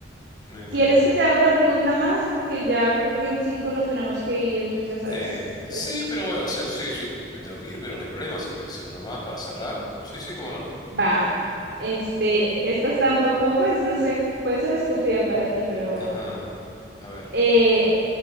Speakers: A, on the left (about 25°); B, on the right (about 75°).
A: Me, me,
B: ¿Quieres
A: me.
B: que te haga otra pregunta más? Porque ya creo que en cinco nos tenemos que ir, ya sabes.
A: Eh, sí, pero bueno, o sea, sí, sí, me tengo que ir, pero no hay problema. Si quieres hacer una más para cerrar. Sí, sí, cómo no.
B: Bam. Este, esta está un poco, pues, no sé, puede ser estúpida para ti, pero bueno.
A: Ajá. A ver.
B: Eh,